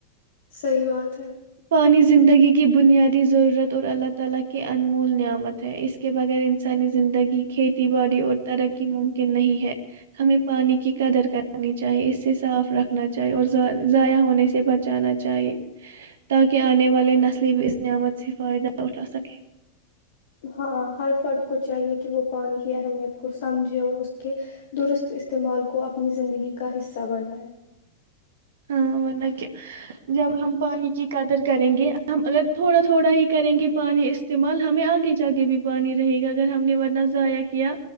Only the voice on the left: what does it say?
سی بات ہے
<unintelligible>